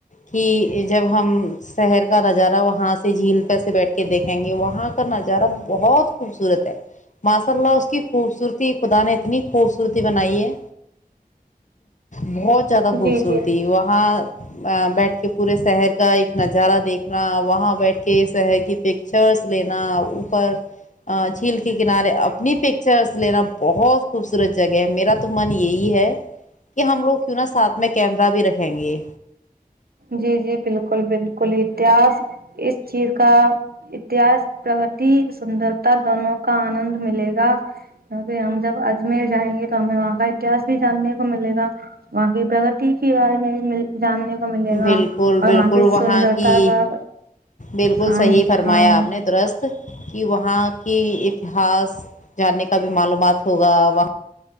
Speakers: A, on the left (about 55°); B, on the right (about 85°).
A: کہ جب ہم شہر کا نظارہ وہاں سے جھیل پرہ سے بیٹھ کے دیکھیں گے وہاں کا نظارہ بہت خوبصورت ہے ماشاء اللہ اس کی خوبصورتی خدا نے اتنی خوبصورتی بنائی ہے بہت زیادہ
B: جی
A: خوبصورتی
B: جی
A: وہ وہاں بیٹھ کے پورے شہر کا ایک نظارہ دیکھنا وہاں بیٹھ کے ہے کہ پکچرس لینا اوپر جھیل کے کنارے اپنی پکچرس لینا بہت خوبصورت جگہ ہے میرا تو من یہی ہے کہ ہم لوگ کیوں نہا ساتھ میں کیمرا بھی رکھیں گے
B: جی جی بالکل بالکل اتہس اس چیز کا اتہس پرگتی سندرتا دونوں کا آنند ملے گا کیکہ ہم جب اجمیر جائیں گے تو ہمیں وہاں کا اتہس بھی جاننے کو ملے گا وہاں کی پرگتی کی بارے میں جاننے کو ملے گا
A: بالکل
B: اور
A: بالکل
B: کی
A: وہاں
B: سندرتا
A: کی
B: کا
A: بالکل
B: ہاں
A: صحیح فرمایا
B: ہاں
A: آپ نے درست کہ وہاں کی اتہاس جاننے کا بھی معلومات ہوگا وہاں